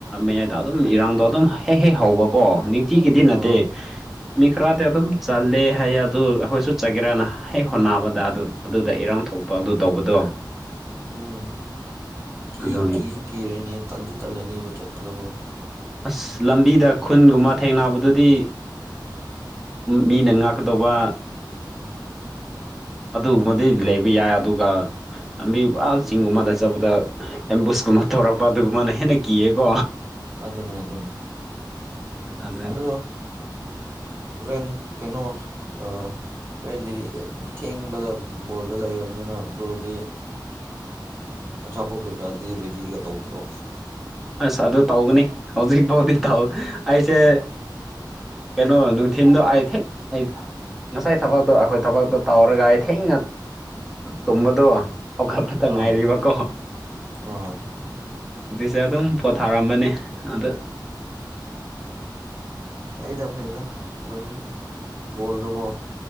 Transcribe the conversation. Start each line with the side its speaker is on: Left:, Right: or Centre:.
Centre: ꯃꯌꯥꯏꯗ ꯑꯗꯨꯝ ꯏꯔꯥꯡꯗꯣ ꯑꯗꯨꯝ ꯍꯦꯛ ꯍꯦꯛ ꯍꯧꯕꯀꯣ ꯅꯤ ꯇꯤꯒꯤ ꯅꯗꯦ
Right: ꯑꯥ
Centre: ꯃꯤ ꯈꯔꯗꯤ ꯑꯗꯨꯝ ꯆꯜꯂꯦ ꯍꯥꯏ ꯑꯗꯨ ꯑꯩꯈꯣꯏꯁꯨ ꯆꯠꯒꯦꯔꯥꯅ ꯍꯦꯛ ꯍꯣꯠꯅꯕꯗ ꯑꯗꯨ ꯑꯗꯨꯗ ꯏꯔꯥꯡ ꯊꯣꯛꯄ ꯑꯗꯨ ꯇꯧꯕꯗꯣ
Right: ꯎꯝ
Centre: ꯑꯗꯨꯒꯤ
Right: ꯀꯤ ꯀꯤꯖꯨ ꯀꯤꯔꯅꯤ ꯇꯟꯖꯨ ꯇꯜꯂꯅꯤꯕ ꯆꯠꯄꯗꯀꯣ
Centre: ꯑꯁ ꯂꯝꯕꯤꯗ ꯈꯨꯟꯒꯨꯝꯕ ꯊꯩꯅꯕꯗꯨꯗꯤ ꯃꯤꯅ ꯉꯥꯛꯀꯗꯧꯕ ꯑꯗꯨꯒꯃꯗꯤ
Right: ꯎꯝ
Centre: ꯂꯩꯕ ꯌꯥꯏ ꯑꯗꯨꯒ ꯂꯝꯕꯤ ꯑꯥ ꯆꯤꯡꯒꯨꯝꯕꯗ ꯆꯠꯕꯗ ꯑꯦꯝꯕꯨꯁꯀꯨꯝꯕ ꯇꯧꯔꯛꯄ ꯑꯗꯨꯒꯨꯝꯕꯅ ꯍꯦꯟꯅ ꯀꯤꯌꯦꯀꯣ
Right: ꯑꯗꯨꯅꯦ ꯑꯗꯨꯅꯦ
Centre: ꯑꯗꯨ
Right: ꯑꯗꯣ ꯍꯣꯔꯦꯟ ꯀꯩꯅꯣ ꯑꯥ ꯍꯣꯔꯦꯟꯗꯤ ꯊꯦꯡꯕꯗ ꯕꯣꯜꯗ ꯂꯩꯔꯕꯝꯅꯤꯅ ꯕ꯭ꯔꯣꯗꯤ ꯑꯆꯥꯄꯣꯠ ꯀꯩꯀꯥꯗꯤ ꯔꯦꯗꯤꯒ ꯇꯧꯗ꯭ꯔꯣ
Centre: ꯑꯁ ꯑꯗꯨ ꯇꯧꯒꯅꯤ ꯍꯧꯖꯤꯛ ꯐꯥꯎꯗꯤ ꯇꯥꯎ ꯑꯩꯁꯦ ꯀꯩꯅꯣ ꯅꯨꯡꯊꯤꯟꯗꯣ ꯑꯩ ꯊꯦ ꯑꯩ ꯉꯁꯥꯏ ꯊꯕꯛꯇꯣ ꯑꯩꯈꯣꯏ ꯊꯕꯛꯇꯣ ꯇꯧꯔꯒ ꯑꯩ ꯊꯦꯡꯅ ꯇꯨꯝꯕꯗꯣ ꯍꯧꯈꯠꯄꯇ
Right: ꯑꯥ
Centre: ꯉꯥꯏꯔꯤꯕꯀꯣ
Right: ꯑꯥ
Centre: ꯖꯥ ꯑꯗꯨꯝ ꯄꯣꯊꯥꯔꯝꯕꯅꯦ ꯑꯗꯨ
Right: ꯐꯩꯗ ꯐꯩꯗ ꯑꯗꯨꯝ ꯕꯣꯜꯗꯨꯒꯣ